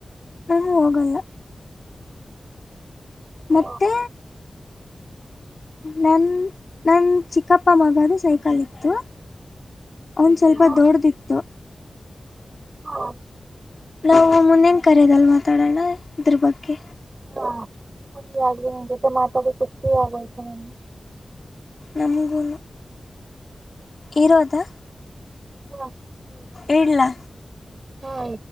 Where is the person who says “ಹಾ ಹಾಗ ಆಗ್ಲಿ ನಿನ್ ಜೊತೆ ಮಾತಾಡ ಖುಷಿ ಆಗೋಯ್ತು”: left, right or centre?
Right